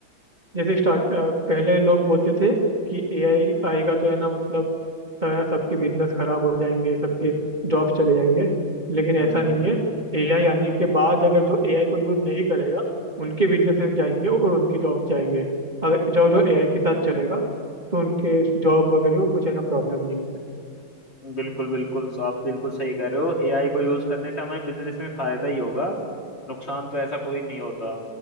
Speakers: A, on the right (about 25°); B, on the left (about 30°).
A: जैसे स्टार्ट पहले लोग बोलते थे कि एआई आएगा तो है ना मतलब सारा सबके बिजनेस खराब हो जाएंगे सबके जॉब चले जाएंगे लेकिन
B: हम्म
A: ऐसा नहीं है एआई आने के बाद अगर जो एआई को यूज नहीं करेगा उनके बिजनेसेस जाएंगे और उनके जॉब जाएंगे अगर जो जो एआई के साथ चलेगा तो उनके जॉब वगैरह को कुछ है ना प्रॉब्लम नहीं है
B: बिल्कुल बिल्कुल सो आप बिल्कुल सही कह रहे हो एआई को यूज करने से हमें बिजनेस में फायदा ही होगा नुकसान तो ऐसा कोई नहीं होता